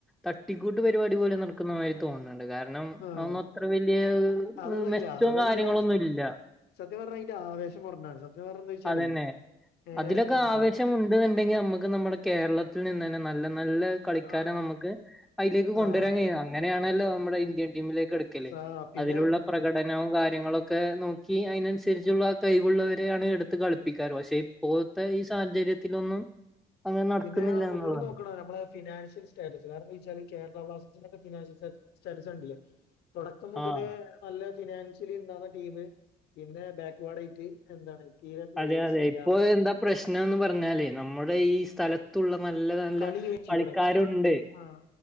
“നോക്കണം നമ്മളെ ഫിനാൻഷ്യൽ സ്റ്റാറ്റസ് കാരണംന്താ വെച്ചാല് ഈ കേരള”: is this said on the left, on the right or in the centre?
Left